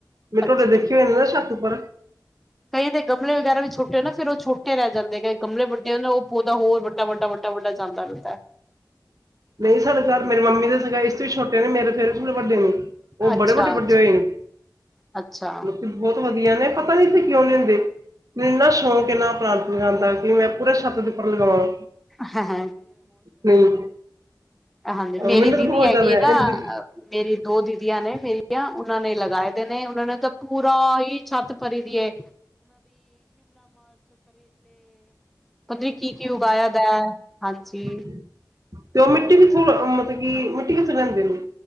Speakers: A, on the right; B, in the centre.
A: ਮੈਂ ਤੁਹਾਡੇ
B: ਅੱਛਾ
A: ਦੇਖੇਂ ਹੋਏ ਨੇ ਨਾ ਛੱਤ ਉੱਪਰ। <inaudible>
B: ਕਈ ਤਾਂ ਗਮਲੇ ਵਗ਼ੈਰਾ ਵੀ ਛੋਟੇ ਨੇਂ। ਫ਼ਿਰ ਉਹ ਛੋਟੇ ਰਹਿ ਜਾਂਦੇ ਨੇਂ। ਕਈ ਗਮਲੇ ਵੱਡੇ ਨੇਂ ਉਹ ਪੋਦਾ ਹੋਰ ਵੱਡਾ ਵੱਡਾ ਵੱ ਤਾਂ ਵੱਡਾ ਜਾਂਦਾ ਰਹਿੰਦਾਂ ਹੈਂ।
A: ਨਹੀਂ ਸਾਡੇ ਘਰ ਮੇਰੇ ਮੰਮੀ ਦੇ <unintelligible> ਸੀ। ਇਸ ਤੋਂ ਵੀ ਛੋਟੇ ਨੇਂ ਮੇਰੇ ਫ਼ਿਰ ਵੀ ਥੋੜੇ ਵੱਡੇ ਨੇਂ। ਉਹ
B: ਅੱਛਾ
A: ਬੜੇ ਵੱਡੇ ਵੱਡੇ ਹੋਏ ਨੇਂ।
B: ਅੱਛਾ
A: ਲੋਕੀਂ ਬਹੁਤ ਵਧੀਆਂ ਨੇਂ। ਪਤਾਂ ਨੀਂ ਇੱਥੇਂ ਕਿਉਂ ਨੀਂ ਹੁੰਦੇ। ਮੈਂਨੂੰ ਨਾ ਸ਼ੌਂਕ ਆ ਏਨਾਂ ਪਲਾਟ ਲਗਾਉਣ ਦਾ ਕਿ ਮੈਂ ਪੂਰਾਂ ਛੱਤ ਦੇ ਉੱਪਰ ਲਗਾਵਾਂ।
B: ਹ ਹ
A: ਨਹੀਂ
B: ਹਾਂਜੀ ਮੇਰੀ
A: ਅਹ ਮੈਨੂੰ
B: ਦੀਦੀ
A: ਤਾਂ ਬਹੁਤ
B: ਹੈਗੇ
A: ਜ਼ਿਆਦਾ ਹੈ
B: ਨਾ
A: ਇਹਦੀ-
B: ਮੇਰੀ ਦੋ ਦੀਦੀਆਂ ਨੇਂ ਮੇਰੀ <unintelligible> ਉਹਨਾਂ ਨੇਂ ਲਗਾਏ ਦੇ ਨੇਂ। ਉਹਨਾਂ ਨੇ ਤਾਂ ਚੋ ਕਰੇਲੇ। ਪਤਾ ਨੀ। <inaudible> ਕੀ ਕੀ ਉਗਾਇਆ। ਦਾ ਹੈ। ਹਾਂਜੀ
A: ਤੇ ਉਹ ਮਿੱਟੀ ਕਿੱਥੋਂ ਮਤਲ <unintelligible> ਤੇ ਕਿ ਮਿੱਟੀ ਕਿਥੋਂ ਲੈਂਦੇਂ ਨੇਂ।